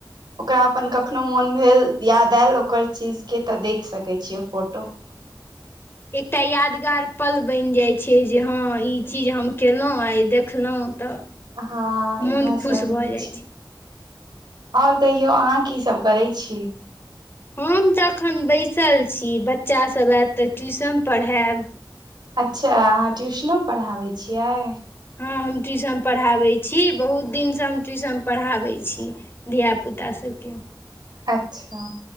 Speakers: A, on the right; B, on the left.
A: ओकरा अपन कखनो मोन भेल याद आयल ओकर चीज के तऽ देख सकै छियै फोटो
B: एकटा यादगार पल बनि जाइ छै जे हँ ई चीज हम केलहुँ आ ई देखलहुँ तऽ
A: हँ इहे
B: मोन खुश
A: सब रहै
B: भऽ जाइ
A: छै और कहियौ अहाँ की सब करै छी
B: हम तऽ एखन बैसल छी बच्चासब आयत तऽ ट्यूशन पढ़ायब
A: अच्छा अहाँ ट्यूशनो पढ़ाबै छियै
B: हँ हम ट्यूशन पढ़ाबै छी बहुत दिनसँ हम ट्यूशन पढ़ाबै छी धियापुता सभके
A: अच्छा